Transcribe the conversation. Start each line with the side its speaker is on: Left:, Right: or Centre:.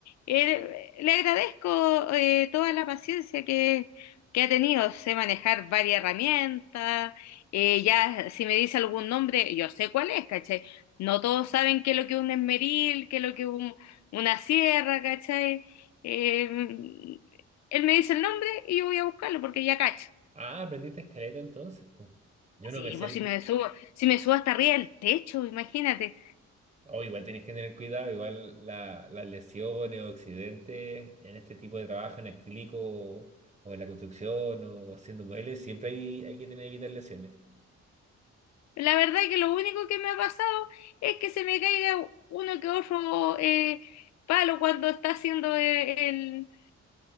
Left: eh, le agradezco eh, toda la paciencia que que ha tenido. Sé manejar varias herramientas, eh, ya si me dice algún nombre, yo sé cuál es, ¿cachai? No todos saben qué es lo que es un esmeril, qué es lo que es un- una sierra, ¿cachai? Eh, él me dice el nombre y yo voy a buscarlo porque ya cacho.
Right: Ah, aprendiste escaleta entonces, pues. Yo no
Left: Sí,
Right: me sé.
Left: pues
Right: el-
Left: si me subo, si me subo hasta arriba del techo, imagínate.
Right: Oh, igual tenés que tener cuidado, igual la- las lesiones o accidentes en este tipo de trabajo, en el acrílico o en la construcción o haciendo muebles, siempre hay, hay que tener evitar lesiones.
Left: La verdad que lo único que me ha pasado es que se me caiga uno que otro eh, palo cuando está haciendo eh, el,